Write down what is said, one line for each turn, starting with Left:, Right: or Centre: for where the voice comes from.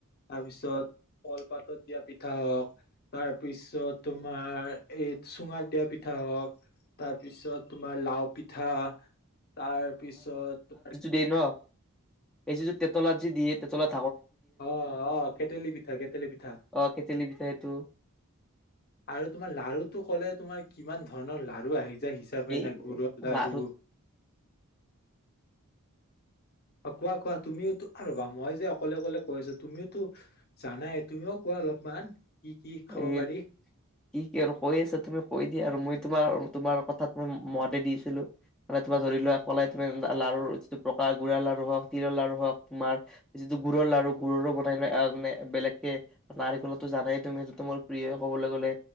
Left: তাৰপিছত কলপাতত দিয়া পিঠা, পিঠা হওক তাৰপিছত তোমাৰ এই চুঙাত দিয়া পিঠা হওঁক তাৰপিছত তোমাৰ লাও পিঠা, তাৰ পিছত
Centre: দি ন? এইটো টে তলত দিয়ে যে তেতলত?
Left: অ অ কেতেলি পিঠা কেতেলী পিঠা
Centre: অ কেতেলী পিঠা সেইটো
Left: আৰু তোমাৰ লাৰুটো কলে তোমাৰ কিমান ধৰ? লাৰু আহিছে, হিচাপে
Centre: এই
Left: নে গুৰৰ লাডু
Centre: লাৰুত
Left: কোৱা কোৱা? তুমিওতো এ ৰবা মই য়ে যে অকলে অকলে কৈছো তুমিওতো জানাই তুমিও কোৱা অলপমান কি কি খাব
Centre: এ
Left: পাৰি
Centre: কি কি আৰু কৈ আছা তুমি কৈ দিয়া আৰু মই তোমাৰ তোমাৰ কথাত মই মতে দিছিলো মে তোমাৰ ধৰি লোৱা কলাই তুমি লাৰুৰ যিটো পকা গুডাৰ লাৰু হওঁক তিলৰ লাৰু হওক তোমাৰ যিটো গুুৰৰ লাৰু গুুৰৰো বনাই নানে বেলেগকে নাৰিকলতো জানাই তুমি সেই মোৰ প্ৰিয় ক'বলৈ গ'লে